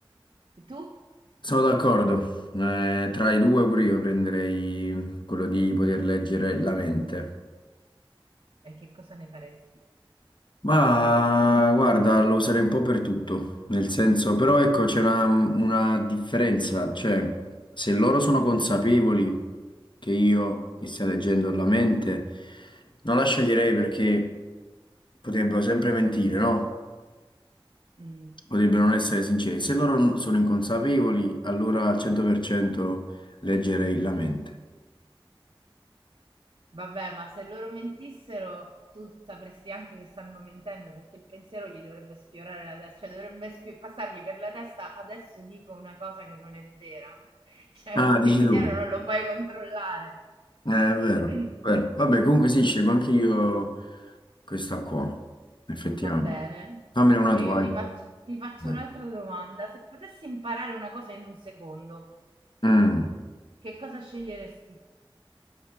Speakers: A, on the right (about 75°); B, on the left (about 55°).
A: Tu?
B: sono d'accordo. Eh, tra i due pure io prenderei quello di poter leggere la mente.
A: E che cosa ne faresti?
B: Ma guarda, lo userei un po' per tutto, nel senso, però ecco, c'è una, una differenza, cioè, se loro sono consapevoli che io mi stia leggendo la mente, non la sceglierei perché potrebbero sempre mentire, no?
A: Mm.
B: Potrebbero non essere sinceri. Se loro non sono inconsapevoli, allora al 100% leggerei la mente.
A: Vabbè, ma se loro mentissero, tu sapresti anche che stanno mentendo perché il pensiero gli dovrebbe sfiorare la testa, cioè dovrebbe sfi- passargli per la testa. Adesso dico una cosa che non è vera, <laughs> cioè
B: Ah,
A: il pensiero
B: dici tu.
A: non lo puoi controllare.
B: Eh, è vero,
A: <clears throat>
B: è vero. Vabbè, comunque sì, scelgo anche io questa qua, effettivamente.
A: Va bene.
B: Fammene una
A: E
B: tua.
A: io
B: vai.
A: ti faccio, ti faccio
B: Vai.
A: un'altra domanda. Se potessi imparare una cosa in un secondo,
B: Mm.
A: che cosa sceglieresti?